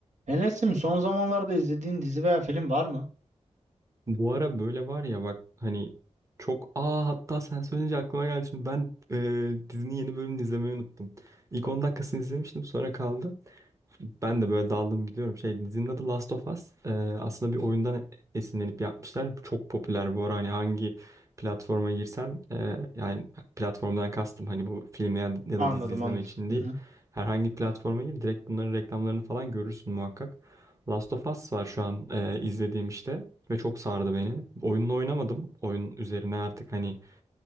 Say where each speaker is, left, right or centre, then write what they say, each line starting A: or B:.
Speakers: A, on the right (about 85°); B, on the right (about 25°).
A: Enes'im son zamanlarda izlediğin dizi veya film var mı?
B: Bu ara böyle var ya bak hani çok aa hatta sen söyleyince aklıma geldi şimdi ben e, dizinin yeni bölümünü izlemeyi unuttum. İlk 10 dakikasını izlemiştim sonra kaldı. Ben de böyle daldım gidiyorum. Şey dizinin adı Last of Us. Ee, aslında bir oyundan esinlenip yapmışlar. Bu Çok popüler bu ara hani hangi platforma girsen e, yani platformdan kastım hani bu filmi ya, ya
A: Anladım
B: da dizi izleme
A: anladım.
B: için
A: Hı
B: değil.
A: hı.
B: Herhangi bir platforma gir direkt bunların reklamlarını falan görürsün muhakkak. Last of Us var şu an e, izlediğim işte ve çok sardı beni. Oyununu oynamadım. Oyun üzerine artık hani